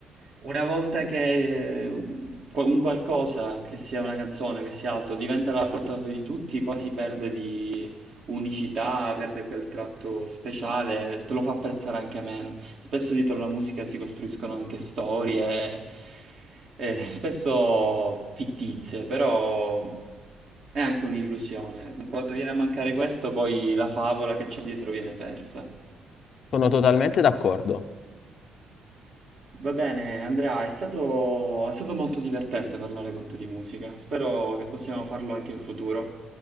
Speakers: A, on the right; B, on the left.
A: una volta che eh, un un qualcosa, che sia una canzone, che sia altro, diventa alla portata di tutti, quasi perde di unicità, perde quel tratto speciale, te lo fa apprezzare anche meno. Spesso dietro la musica si costruiscono anche storie, eh, spesso fittizie, però è anche un'illusione. Quando viene a mancare questo, poi la favola che c'è dietro viene persa.
B: Sono totalmente d'accordo.
A: Va bene, Andrea, è stato, è stato molto divertente parlare con te di musica. Spero che possiamo farlo anche in futuro.